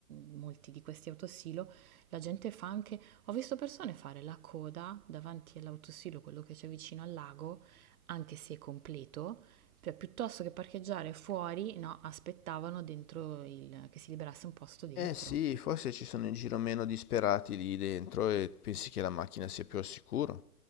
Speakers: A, on the right; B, on the left.
A: in molti di questi autosilo, la gente fa anche, ho visto persone fare la coda davanti all'autosilo, quello che c'è vicino al lago, anche se è completo, cioè, piuttosto che parcheggiare fuori, no, aspettavano dentro il- che si liberasse un posto dentro.
B: Eh sì, forse ci sono in giro meno disperati lì dentro e pensi che la macchina sia più al sicuro.